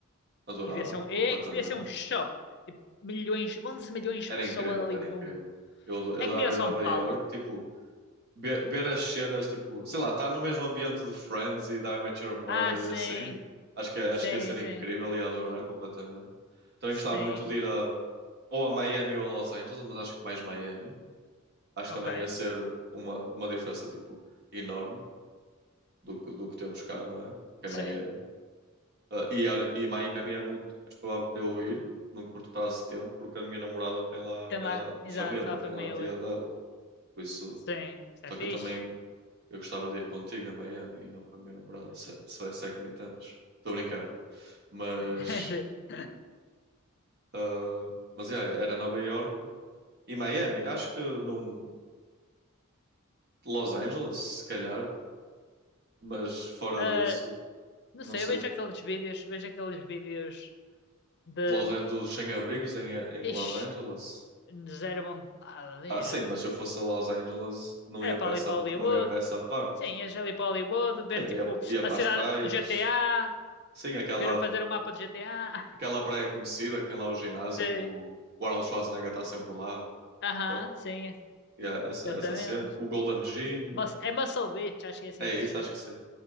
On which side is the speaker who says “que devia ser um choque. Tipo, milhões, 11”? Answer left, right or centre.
Left